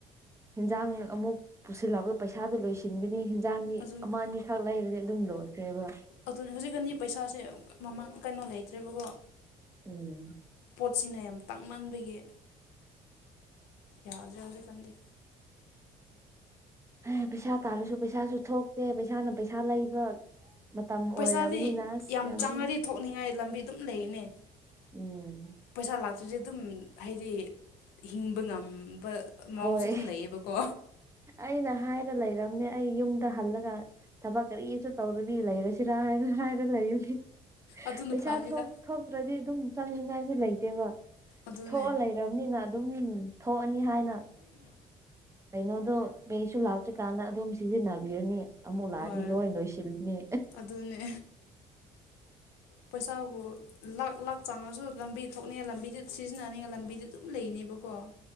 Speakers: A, on the right (about 15°); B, on the left (about 75°).
A: ꯍꯟꯖꯥꯡ ꯑꯃꯨꯛ ꯄꯨꯁꯤꯜꯂꯛꯄꯗ ꯄꯩꯁꯥꯗꯣ ꯂꯣꯏꯁꯤꯟ ꯁꯤꯟꯕꯅꯤ ꯍꯟꯖꯥꯡꯗꯤ
B: ꯑꯗꯨꯅꯤ
A: ꯑꯃ ꯑꯅꯤꯈꯛ ꯂꯩꯕꯗꯤ ꯑꯗꯨꯝ ꯂꯣꯏꯈ꯭ꯔꯦꯕ
B: ꯑꯗꯨꯅꯤ ꯍꯧꯖꯤꯛꯀꯅꯤ ꯄꯩꯁꯥꯁꯦ ꯃꯃꯥꯡ ꯀꯩꯅꯣ ꯂꯩꯇ꯭ꯔꯦꯕꯀꯣ
A: <unintelligible>
B: ꯄꯣꯠꯁꯤꯅ ꯌꯥꯝ ꯇꯥꯡꯃꯟꯕꯒꯤ ꯌꯥꯗ꯭ꯔꯦ ꯍꯧꯖꯤꯛꯀꯥꯟꯗꯤ
A: ꯑꯦ ꯄꯩꯁꯥ ꯇꯥꯜꯂꯁꯨ ꯄꯩꯁꯥꯁꯨ ꯊꯣꯛꯇꯦ ꯄꯩꯁꯥꯅ ꯄꯩꯁꯥ ꯂꯩꯕ ꯃꯇꯝ
B: ꯄꯩꯁꯥꯗꯤ
A: ꯑꯣꯏꯔꯕꯅꯤꯅ ꯑꯁ ꯌꯥꯝ
B: ꯆꯪꯉꯗꯤ
A: ꯂꯨꯏ
B: ꯊꯣꯛꯅꯤꯡꯉꯥꯏ ꯂꯝꯕꯤ ꯑꯗꯨꯝ ꯂꯩꯅꯦ
A: ꯎꯝ
B: ꯄꯩꯁꯥ ꯂꯥꯛꯇ꯭ꯔꯤꯁꯦ ꯑꯗꯨꯝ ꯍꯥꯏꯗꯤ ꯍꯤꯡꯕ ꯉꯝꯕ ꯃꯑꯣꯡꯁꯨ
A: ꯍꯣꯏ
B: ꯑꯗꯨꯝ ꯂꯩꯌꯦꯕꯀꯣ
A: ꯑꯩꯅ ꯍꯥꯏꯔ ꯂꯩꯔꯝꯅꯦ ꯑꯩ ꯌꯨꯝꯗ ꯍꯜꯂꯒ ꯊꯕꯛ ꯀꯔꯤꯁꯨ ꯇꯧꯗꯕꯤ ꯂꯩꯔꯁꯤꯔ ꯍꯥꯏꯅ ꯍꯥꯏꯅ ꯂꯩꯔꯕꯅꯤ
B: ꯑꯗꯨꯅ
A: ꯄꯩꯁꯥ
B: ꯐꯅꯤꯗ
A: ꯊꯣꯛ ꯊꯣꯛꯇ꯭ꯔꯗꯤ ꯑꯗꯨꯝ ꯆꯪꯅꯤꯉꯥꯏꯁꯨ ꯂꯩꯇꯦꯕ
B: ꯑꯗꯨꯅꯦ
A: ꯊꯣꯛꯑ ꯂꯩꯔꯕꯅꯤꯅ ꯑꯗꯨꯝ ꯊꯣꯛꯑꯅꯤ ꯍꯥꯏꯅ
B: ꯑꯗꯨꯅ
A: ꯀꯩꯅꯣꯗꯣ ꯄꯦꯁꯨ ꯂꯥꯛꯇ꯭ꯔꯤꯀꯥꯟꯗ ꯑꯗꯨꯝ ꯁꯤꯖꯤꯟꯅꯕꯤꯔꯅꯤ ꯑꯃꯨꯛ ꯂꯥꯛꯑꯗꯤ
B: ꯍꯣꯏ
A: ꯂꯣꯏ ꯂꯣꯏꯁꯤꯜꯂꯅꯤ
B: ꯑꯗꯨꯅꯦ ꯄꯩꯁꯥꯕꯨ ꯂꯥꯛ ꯂꯥꯛ ꯆꯥꯡꯉꯁꯨ ꯂꯝꯕꯤ ꯊꯣꯛꯅꯤꯡꯉꯥꯏ ꯂꯝꯕꯤꯗ ꯁꯤꯖꯤꯟꯅꯅꯤꯡꯉꯥꯏ ꯂꯝꯕꯤꯗꯤ ꯑꯗꯨꯝ ꯂꯩꯅꯤꯕ ꯀꯣ